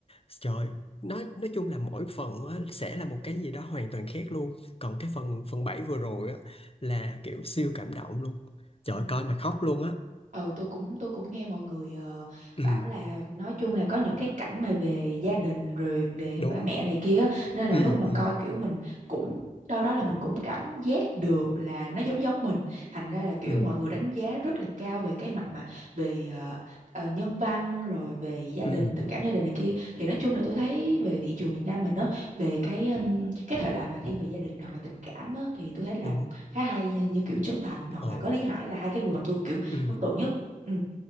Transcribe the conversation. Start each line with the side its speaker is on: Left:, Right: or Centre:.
Left: trời nói nói chung là mỗi phần á, sẽ là một cái gì đó hoàn toàn khác luôn còn cái phần phần 7 vừa rồi á là kiểu siêu cảm động luôn trời
Right: Ừ.
Left: ơi, coi mà khóc luôn á
Right: Ừ tôi cũng tôi cũng nghe mọi người ờ,
Left: ừ
Right: bảo là nói chung là có những cái cảnh mà về gia đình rồi về
Left: đúng
Right: ba mẹ này kia á, nên là
Left: ừ
Right: lúc mà
Left: ừ
Right: coi kiểu mình cũng đâu đó là mình cũng cảm giác được là nó giống giống mình thành ra là kiểu
Left: ừ
Right: mọi người đánh giá rất là cao về cái mặt mà về ờ, ờ, nhân văn rồi về gia đình
Left: ừ
Right: tình cảm gia đình này kia thì nói chung là tôi thấy về thị trường Việt Nam mình á về cái ừm, cái thể loại mà thiên về gia đình hoặc là tình cảm á thì tôi thấy làm
Left: đúng
Right: khá hay nha, như kiểu Trấn Thành hoặc
Left: ờ
Right: là có Lý Hải là hai cái người mà tôi kiểu
Left: ừ
Right: ấn tượng nhất ừ,